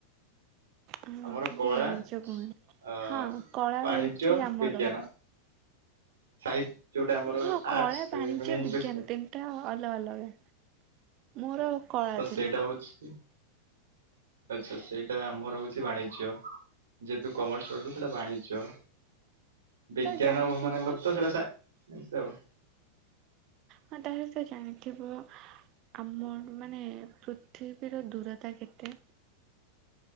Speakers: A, on the right (about 40°); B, on the right (about 65°).
A: ହଁ
B: ଆମର
A: ଖାଲି
B: କଳା
A: ବାଣିଛ କୁହନ
B: ଅ
A: ହଁ କଳା
B: ବାଣିଜ୍ୟ
A: ହଉଛି ଆମର।
B: ବିଜ୍ଞାନ ସାହିତ୍ୟ ଯୋଉଟା ଆମର
A: ହଁ କଳା
B: ଆର୍ଟସ
A: ବାଣିଜ୍ୟ
B: ମାନେ ଇଂଲିଶ
A: ବିଜ୍ଞାନ ତିନିଟା ଅଲଗା ଅଲଗା ମୋର କଳା
B: ତ
A: ଥିଲା।
B: ସେଇଟା ହଉଛି ଆଚ୍ଛା ସେଇଟା ଆମର ହଉଛି ବାଣିଜ୍ୟ ଯେହେତୁ କମର୍ସ କରଛୁ ସେଇଟା ବାଣିଜ୍ୟ। ବିଜ୍ଞାନ
A: ତ ଜାଣିଥିବ
B: ମାନଙ୍କର ତ ସେଇଟା ସା <unintelligible>
A: ହଁ ତାହେଲେ ତ ଜାଣିଥିବ ଆମର ମାନେ ପୃ ପୃଥିବୀର ଦୂରତା କେତେ।